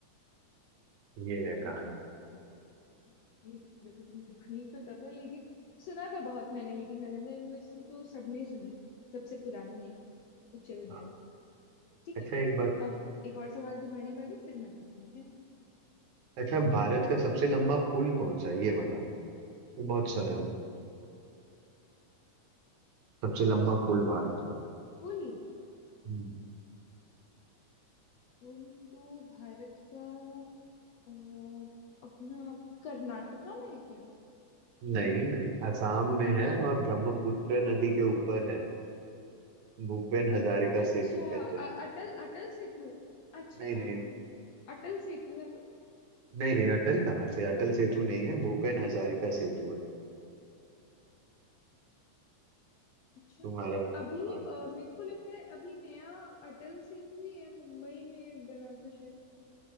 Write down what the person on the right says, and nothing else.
ये है
कहानी
हाँ
अच्छा
एक बात
अच्छा भारत का सबसे लंबा पुल कौन सा है ये बता बहुत सरल है सबसे लंबा पुल भारत का
हम्म,
नहीं नहीं असम में है और ब्रह्मपुत्र नदी के ऊपर है भूपेन हजारिका
सेतु कहते हैं
नहीं
नहीं
नहीं नहीं अटल कहाँ से अटल सेतु नहीं है भूपेन हजारिका सेतु है
तुम्हारा
हाँ